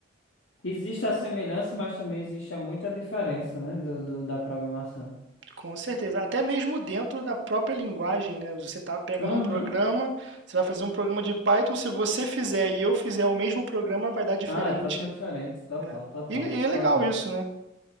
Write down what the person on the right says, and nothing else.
Com certeza, até mesmo dentro da própria linguagem, né? Você tá pegando
um programa, você vai fazer um programa de Python, se você fizer e eu fizer o mesmo programa, vai dar diferente,
né?
E, e é legal
isso, né?